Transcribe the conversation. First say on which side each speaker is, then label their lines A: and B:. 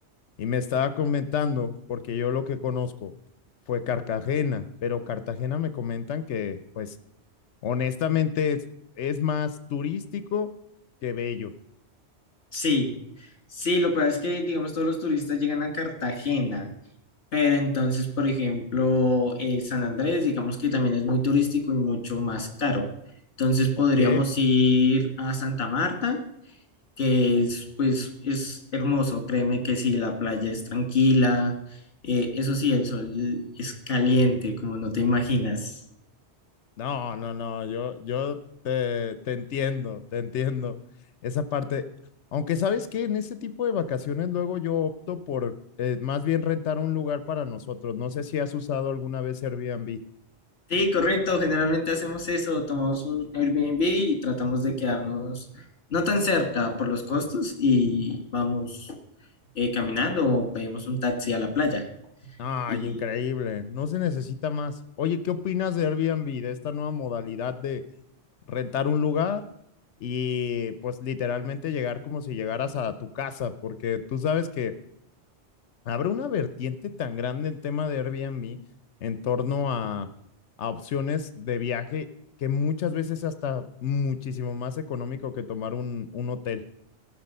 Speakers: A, on the left (about 80°); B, on the left (about 60°).
A: Y me estaba comentando, porque yo lo que conozco fue Cartagena, pero Cartagena me comentan que, pues, honestamente es, es más turístico que bello.
B: Sí, sí, lo que pasa es que, digamos, todos los turistas llegan a Cartagena, pero entonces, por ejemplo, eh, San Andrés, digamos que también es muy turístico y mucho más caro. Entonces podríamos
A: Ok.
B: ir a Santa Marta, que es, pues, es hermoso, créeme que sí, la playa es tranquila, eh, eso sí, el sol es caliente, como no te imaginas.
A: No, no, no, yo, yo te, te entiendo, te entiendo. Esa parte, aunque sabes que en ese tipo de vacaciones luego yo opto por eh, más bien rentar un lugar para nosotros. No sé si has usado alguna vez Airbnb.
B: Sí, correcto. Generalmente hacemos eso, tomamos un Airbnb y tratamos de quedarnos no tan cerca por los costos y vamos eh, caminando o pedimos un taxi a la playa.
A: Ay,
B: Y
A: increíble. No se necesita más. Oye, ¿qué opinas de Airbnb, de esta nueva modalidad de rentar un lugar y pues literalmente llegar como si llegaras a tu casa? Porque tú sabes que abre una vertiente tan grande el tema de Airbnb en torno a, a opciones de viaje que muchas veces es hasta muchísimo más económico que tomar un, un hotel.